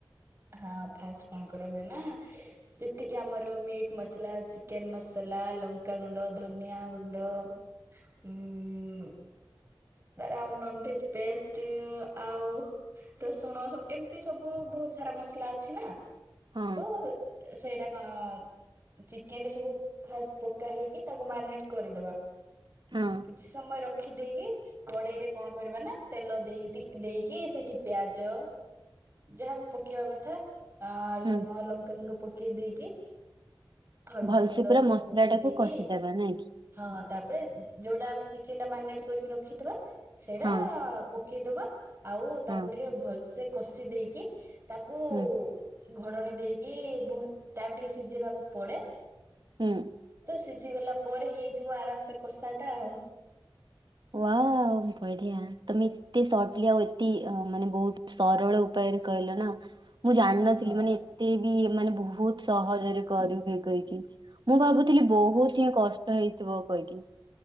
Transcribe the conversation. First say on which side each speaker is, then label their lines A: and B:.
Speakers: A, on the right; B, on the right.
A: ହଁ, ଫାଷ୍ଟ କଣ କରାହୁଏ ନା ଯେତିକି ଆମର ମିଟ୍ ମସଲା, ଚିକେନ ମସଲା, ଲଙ୍କା ଗୁଣ୍ଡ, ଧନିଆ ଗୁଣ୍ଡ, <unintelligible> ତାର ଆଉ ନନ୍ ଭେଜ୍ ପେଷ୍ଟ ଆଉ ରସୁଣ ସବୁ ଏମ୍ତି ସବୁ ବହୁତ୍ ସାରା ମସଲା ଅଛି ନା,
B: ହଁ
A: ତ ସେଇଟା କଣ ଚିକେନ୍ ରେ ସବୁ ଫାଷ୍ଟ ପକା ହେଇକି ତାକୁ ମ୍ୟାରିନେଟ୍ କରିଦବା।
B: ହଁ
A: କିଛି ସମୟ ରଖି ଦେଇକି କଡେଇରେ କଣ କରିବା ନା ତେଲ ଦେଇ ଦେଇକି ସେଠି ପିଆଜ ଯାହାବି ପକେଇବା କଥା ଅ ଲୁଣ
B: ହୁଁ
A: ଲଙ୍କାଗୁଣ୍ଡ ପକେଇ ଦେଇକି ହଳଦୀ
B: ଭଲ୍ସେ
A: ଗୁଣ୍ଡ
B: ପୁରା
A: ସବୁ
B: ମସଲା
A: ପକେଇ
B: ଟାକୁ
A: ଦେଇକି
B: କଷିଦବା ନାଇଁ କି?
A: ହଁ ତାପରେ ଯୋଉଟା ଆମେ ଚିକେନ୍ ଟା ମାରିନେଟ୍ କରିକି ରଖିଥିବା, ସେଇଟା
B: ହଁ
A: ପକେଇଦବା ଆଉ
B: ହଁ
A: ତାକୁ ଟିକେ ଭଲ୍ସେ କଷି ଦେଇକି ତାକୁ
B: ହୁଁ
A: ଘଡଣୀ ଦେଇକି ବହୁତ୍ ଟାଇମ୍ ଟିକେ ସିଝେଇବାକୁ ପଡେ।
B: ହୁଁ।
A: ତ ସିଝିଗଲା ପରେ ହେଇଯିବ ଆରାମ୍ସେ କଷାଟା ଆଉ।
B: ୱାଓ ବଢିଆ, ତମେ ଏତେ ସଟ୍ଲି ଆଉ <unintelligible> ମାନେ ବହୁତ୍ ସରଳ ଉପାୟରେ କହିଲା ନା ମୁଁ ଜାଣିନଥିଲି
A: ହଁ
B: ମାନେ ଏତେ ବି ମାନେ ବହୁତ୍ ସହଜରେ କରିହୁଏ କହିକି। ମୁଁ ଭାବୁଥିଲି ବହୁତ୍ <unintelligible> କଷ୍ଟ ହେଇଥିବ କହିକି।